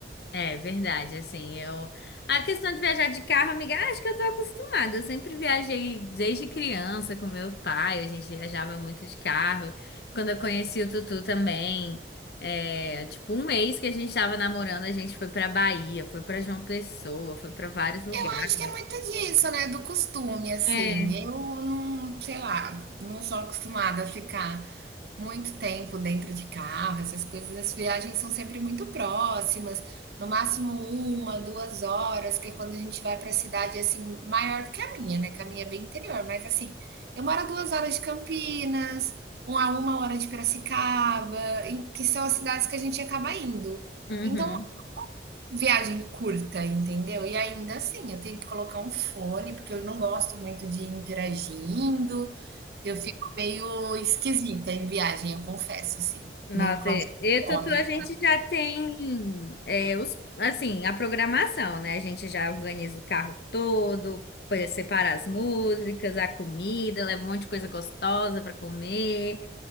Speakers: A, on the left (about 65°); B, on the right (about 65°).
A: É verdade, assim, eu... A questão de viajar de carro, amiga, acho que eu tô acostumada. Eu sempre viajei desde criança com meu pai, a gente viajava muito de carro. Quando eu conheci o Tutu também, é, tipo, um mês que a gente tava namorando, a gente foi pra Bahia, foi pra João Pessoa, foi pra vários lugares.
B: Eu acho que é muito disso, né, do costume, assim,
A: É,
B: eu não sei lá, não sou acostumada a ficar Muito tempo dentro de carro, essas coisas, as viagens são sempre muito próximas, no máximo uma, 2 horas, que é quando a gente vai para cidade, assim, maior do que a minha, né, que a minha é bem interior, mas assim, eu moro a 2 horas de Campinas, um a 1 hora de Piracicaba, em que são as cidades que a gente acaba indo.
A: uhum.
B: Então viagem curta, entendeu? E ainda assim, eu tenho que colocar um fone, porque eu não gosto muito de ir interagindo. Eu fico meio esquisita em viagem, eu confesso, assim,
A: Nossa,
B: meio claustrofóbica.
A: e e Tutu, a gente já tem é, os, assim, a programação, né? A gente já organiza o carro todo, põe- separa as músicas, a comida, leva um monte de coisa gostosa para comer,